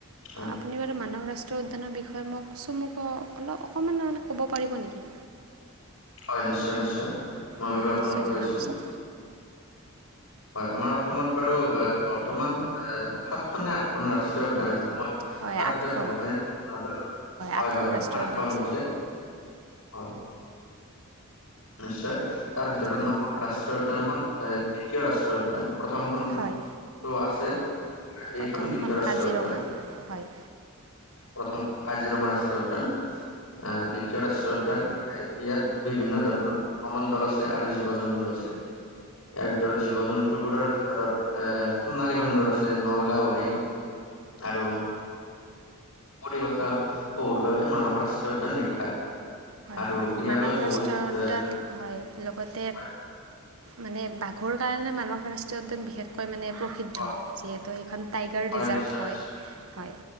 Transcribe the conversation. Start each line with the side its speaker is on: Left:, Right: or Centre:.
Left: হয়
Right: আপুনি বাৰু মানহ ৰাষ্ট্ৰীয় উদ্যানৰ বিষয়ে মোক চমুকৈ অলপ অকমান মানে ক'ব পাৰিব নেকি?
Left: হয়, নিশ্চয় নিশ্চয়। মই
Right: হয়
Left: বাৰু আপোনাক
Right: নিশ্চয়
Left: কৈ
Right: জনাবচোন
Left: আছো, হয় আমাৰ অসমত বাৰু বৰ্তমান সাতখন নে আঠখন ৰাষ্ট্ৰীয় উদ্যান আছে মই
Right: হয়
Left: তাৰ
Right: আঠখন
Left: বিষয়ে ভালকৈ নাজানো। হয়
Right: আঠখন
Left: হয়
Right: ৰাষ্ট্ৰীয়
Left: আঠখন
Right: উদ্যান আছে
Left: হৈছে। হয়। নিশ্চয় তাৰ ভিতৰত
Right: হয়
Left: মানাহ ৰাষ্ট্ৰীয় উদ্যানখন এ দ্বিতীয় ৰাষ্ট্ৰীয় উদ্যান। প্ৰথমখনটো
Right: হয়
Left: আছে
Right: প্ৰথমখন
Left: এইখন দ্বিতীয় ৰাষ্ট্ৰীয়
Right: কাজিৰঙা
Left: উদ্যান।
Right: হয়
Left: প্ৰথম কাজিৰঙা ৰাষ্ট্ৰীয় উদ্যান আহ দ্বিত ৰাষ্ট্ৰীয় উদ্যান ইয়াত বিভিন্ন ধৰ সমন্তল আছে আৰু জীৱ জন্তু আছে। ইয়াৰ ভিতৰত জীৱ জন্তু বস্তুবোৰৰ ভিতৰত এ সোণালী বান্দৰ আছে নল গাহৰি আৰু <unintelligible> বাবে মানাহ ৰাষ্ট্ৰীয় উদ্যান বিখ্যাত। আৰু
Right: হয় হয়
Left: ইয়ালৈ
Right: মানৱ
Left: বহুত
Right: ৰাষ্ট্ৰীয় উদ্যান
Left: এ
Right: হয়। লগতে
Left: হয়
Right: মানে বাঘৰ কাৰণে মানস ৰাষ্ট্ৰীয় বিশেষকৈ মানে প্ৰ নিষিদ্ধ
Left: হয়
Right: যিহেতু সেইখন টাইগাৰ
Left: হয়,
Right: ৰিজাৰ্ভ
Left: নিশ্চয়
Right: হয়
Left: নিশ্চয়
Right: হয়।